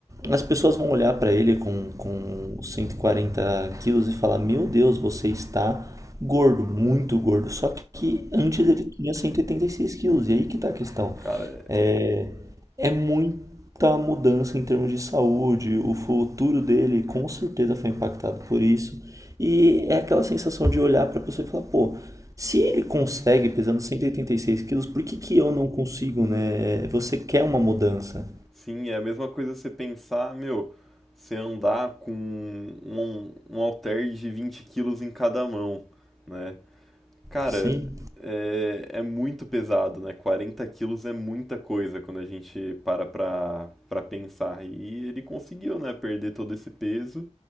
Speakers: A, on the right; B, in the centre.
A: as pessoas vão olhar para ele com, com 140 quilos e falar: Meu Deus, você está gordo, muito gordo. Só que antes ele tinha cento e e oitenta e seis quilos, e aí que tá a questão.
B: Cara,
A: É, é muita mudança em termos de saúde, o futuro dele com certeza foi impactado por isso. E é aquela sensação de olhar para a pessoa e falar: Pô. Se ele consegue pesando cento e e oitenta e seis quilos, por que que eu não consigo, né? Você quer uma mudança.
B: sim, é a mesma coisa você pensar, meu, você andar com um, um um halter de 20 quilos em cada mão, né? Cara,
A: Sim,
B: é, é muito pesado, né? 40 quilos é muita coisa quando a gente para pra, pra pensar. E ele conseguiu, né, perder todo esse peso.